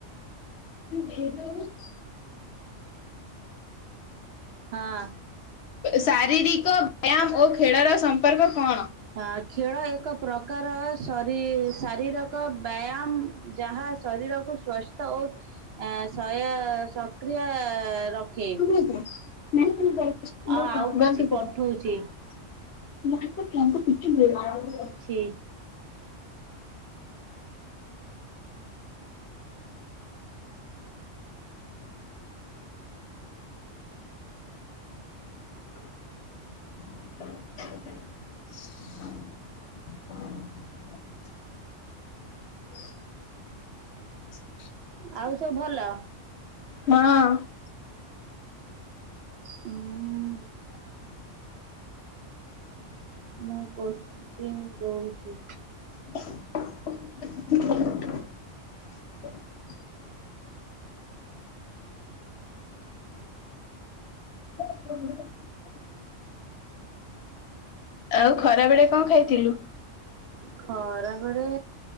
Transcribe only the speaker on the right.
ହଁ।
ହଁ ଖେଳ ଏକ ପ୍ରକାର ଶରି ଶାରୀରିକ ବ୍ୟାୟାମ ଯାହା ଶରୀରକୁ ସୁସ୍ଥ ଓ ଏ ଶୟ ସକ୍ରିୟ ରଖେ।
ଅ ଆଉ କିଛି ପଠଉଛି
ଟି।
ଆଉ ସବୁ ଭଲ?
ଉଁ ମୁଁ କୋଶ୍ଚିନ୍ ଦଉଛି।
<inaudible> ଖରାବେଳେ